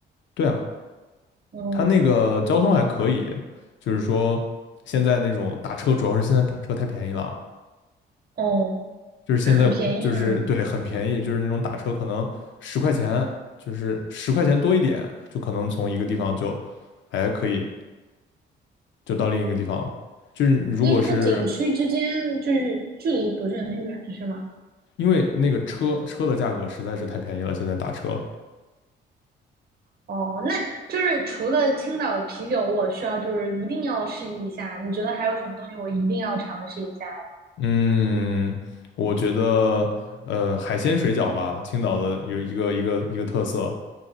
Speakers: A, on the left (about 70°); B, on the right (about 50°).
A: 对啊，
B: 嗯，
A: 他那个交通还可以，就是说现在那种打车，主要是现在打车太便宜了，
B: 哦，
A: 就是现在就是对很便宜，
B: 很便宜吗？
A: 就是那种打车可能十块钱，就是十块钱多一点，就可能从一个地方就，哎，可以就到另一个地方了。就是你如果是
B: 因为它景区之间就是距离不是很远，是吗？
A: 因为那个车车的价格实在是太便宜了，现在打车。
B: 哦，那就是除了青岛啤酒，我需要就是一定要试一下。你觉得还有什么东西我一定要尝试一下
A: 嗯，我觉得呃海鲜水饺吧，青岛的有一个一个一个特色，